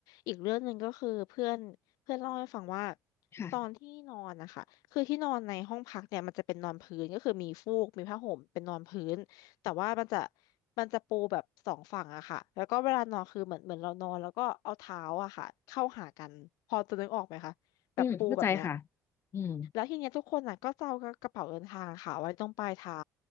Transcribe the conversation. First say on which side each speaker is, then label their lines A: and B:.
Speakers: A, on the left; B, on the left.
A: อีกเรื่องหนึ่งก็คือเพื่อนเพื่อนเล่าให้ฟังว่า
B: ค่ะ
A: ตอนที่นอนนะคะคือที่นอนในห้องพักเนี่ยมันจะเป็นนอนพื้นก็คือมีฟูกมีผ้าห่มเป็นนอนพื้นแต่ว่ามันจะมันจะปูแบบสองฝั่งอะค่ะแล้วก็เวลานอนคือเหมือนเหมือนเรานอนแล้วก็เอาเท้าอะค่ะเข้าหากันพอจะนึกออกไหมคะแบบปูแบบเนี้ย
B: อืมเข้าใจค่ะอืม
A: แล้วทีเนี้ยทุกคนอ่ะก็จะเอากระเป๋าเดินทางอะค่ะไว้ตรงปลายเท้า